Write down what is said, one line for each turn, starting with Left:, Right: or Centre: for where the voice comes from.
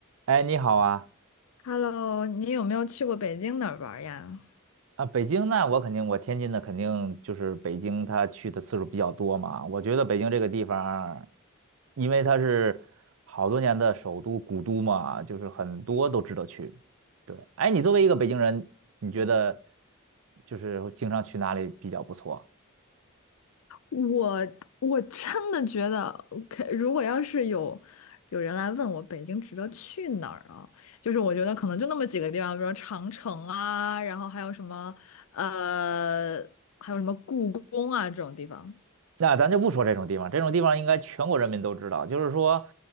Right: 哎，你好啊！
Left: Hello，你有没有去过北京哪儿玩儿呀？
Right: 啊，北京那我肯定，我天津的肯定就是北京，他去的次数比较多嘛。我觉得北京这个地方因为它是好多年的首都古都嘛，就是很多都值得去。对，哎，你作为一个北京人，你觉得就是经常去哪里比较不错？
Left: 我我真的觉得，OK，如果要是有有人来问我北京值得去哪儿啊，就是我觉得可能就那么几个地方，比如说长城啊，然后还有什么呃，还有什么故宫啊这种地方，
Right: 那咱就不说这种地方，这种地方应该全国人民都知道。就是说，